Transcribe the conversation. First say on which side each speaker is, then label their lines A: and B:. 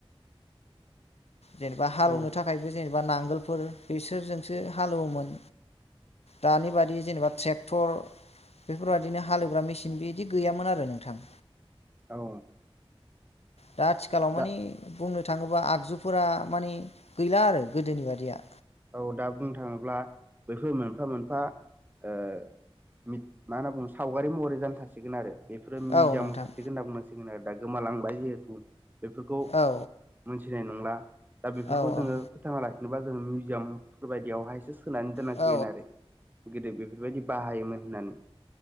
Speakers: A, on the right (about 15°); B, on the left (about 85°).
A: <inaudible>
B: जेनेबा हालौवनो
A: औ
B: थाखायबो जेनेबा नांगोलफोर बेसोरजोंसो हालौवोमोन। दानि बादि जेनेबा ट्रेक्टर बेफोरबायदिनो हालेवग्रा मेसिन बेदि गैयामोन आरो नोंथां।
A: औ
B: दा आथिखालाव
A: दा
B: माने बुंनो थाङोबा आगजुफोरा माने गैला आरो गोदोनि बादिया।
A: औ दा बुंनो थाङोब्ला बैफोर मोनफा मोनफा ओ‌ मिथ‌ मा होनना बुङो सावगारि महरै जानो थासिगोन आरो। बेफोरो मिउजियामाव
B: औ नोंथां
A: थासिगोन होनना बुंनांसिगोन आरो दा गोमालांबाय जिहेथु बेफोरखौ
B: औ
A: मोनसे फैनाय नंला दा बेफोरखौ
B: औ
A: जोङो
B: औ
A: फोथांना लाखिनोबा जोङो मिउजियामफोर बायदियावहायसो होनानै दोनांसिगोन
B: औ
A: आरो गोदो बेफोरबायदि बाहायोमोन होननानै।